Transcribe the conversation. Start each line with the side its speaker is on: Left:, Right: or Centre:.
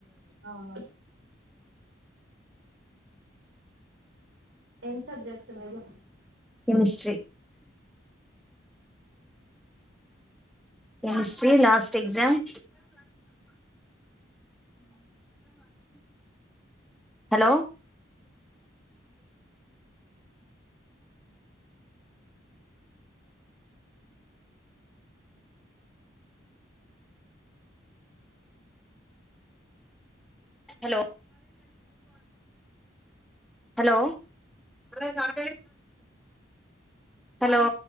Right: అవును ఏం సబ్జెక్ట్ మీది
Centre: విష్ చెయ్ chemistry last exam hello hello hello hello